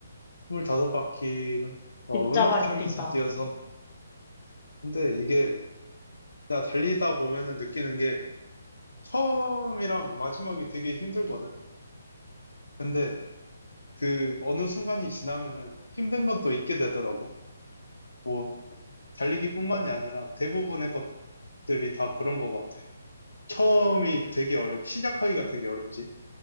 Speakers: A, on the left (about 70°); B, on the left (about 30°).
A: 25바퀴를, 어,
B: 진짜
A: 음악
B: 많이
A: 들으면서
B: 뛴다.
A: 뛰어서. 근데 이게, 나 달리다 보면은 느끼는 게, 처음이랑 마지막이 되게 힘들거든? 근데, 그, 어느 순간이 지나면은 힘든 건 또 잊게 되더라고. 뭐 달리기뿐만이 아니라 대부분의 것들이 다 그런 것 같아. 처음이 되게 어렵, 시작하기가 되게 어렵지.